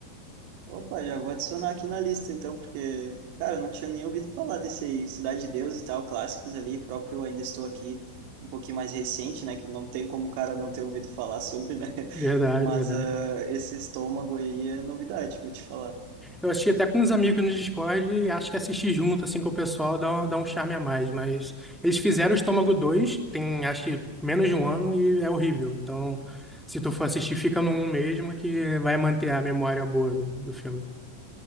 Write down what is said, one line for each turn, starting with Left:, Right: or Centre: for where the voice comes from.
Right: Opa, já vou adicionar aqui na lista, então, porque, cara, eu não tinha nem ouvido falar desse aí, Cidade de Deus e tal, clássicos ali, próprio Ainda Estou Aqui, um pouquinho mais recente, né, que não tem como o cara não ter ouvido falar sobre, né, <laughs>
Centre: Verdade,
Right: mas
Centre: verdade.
Right: ah, esse estômago aí é novidade, vou te falar.
Centre: Eu assisti até com uns amigos no Discord e acho que assistir junto, assim, com o pessoal dá, um- dá um charme a mais. Mas eles fizeram o Estômago 2 tem acho que menos de um ano e é horrível. Então, se tu for assistir, fica no 1 mesmo que vai manter a memória boa do, do filme.